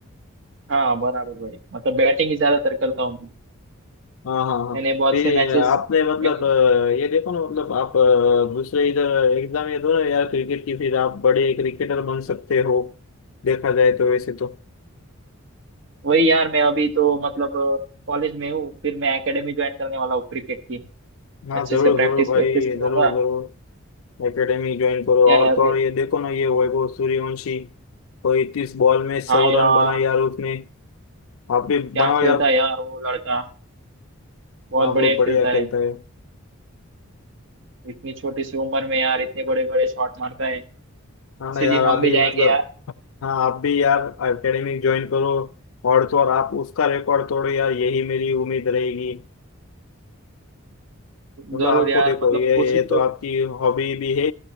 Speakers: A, on the right; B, on the left.
A: हाँ बराबर भाई मतलब बैटिंग ही ज्यादातर करता हूँ मैं।
B: हाँ हाँ हाँ
A: मैंने बहुत
B: फिर
A: से मैचेस
B: आपने मतलब
A: मैं
B: अ, ये देखो ना मतलब आप अ, दूसरे इधर एग्जाम ये दो ना यार क्रिकेट की फिर आप बड़े क्रिकेटर बन सकते हो देखा जाए तो वैसे तो
A: वही यार मैं अभी तो मतलब कॉलेज में हूँ फिर मैं एकेडमी ज्वाइन करने वाला हूँ क्रिकेट की
B: हाँ
A: अच्छे
B: जरूर
A: से प्रैक्टिस
B: जरूर भाई
A: प्रैक्टिस करूंगा
B: जरूर जरूर एकेडमी ज्वाइन करो
A: क्या
B: और
A: है अभी
B: तो और ये देखो ना ये वैभव सूर्यवंशी कोई इक्कीस बॉल में सौ
A: हाँ यार
B: रन बनाए यार उसने आप भी
A: क्या
B: बनाओ
A: खेलता
B: यार
A: है यार वो लड़का बहुत
B: हाँ
A: बढ़िया
B: बहुत
A: खेलता
B: बढ़िया
A: है
B: खेलता है
A: इतनी छोटी सी उम्र में यार इतने बड़े बड़े शॉट मारता है किसी
B: हाँ ना यार
A: दिन
B: आप
A: हम
B: भी
A: भी जाएंगे
B: मतलब
A: यार
B: हाँ आप भी यार एकेडमी ज्वाइन करो और तो और आप उसका रिकॉर्ड तोड़ो यार यही मेरी उम्मीद रहेगी मतलब
A: जरूर
B: आपको
A: यार
B: देखो
A: मतलब
B: ये
A: कोशिश
B: ये तो
A: तो
B: आपकी हॉबी भी है